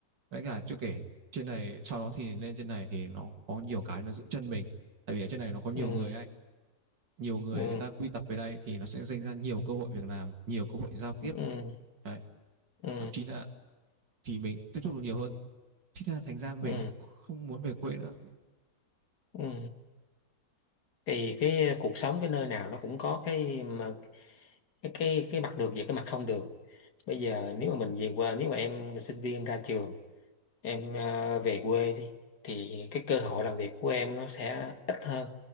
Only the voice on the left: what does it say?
ừ
ừ
ừ
ừ
ừ
ừ thì cái cuộc sống cái nơi nào nó cũng có cái mà cái cái cái mặt được và cái mặt không được bây giờ nếu mà mình về quê nếu mà em là sinh viên ra trường em ờ, về quê đi thì cái cơ hội làm việc của em nó sẽ ít hơn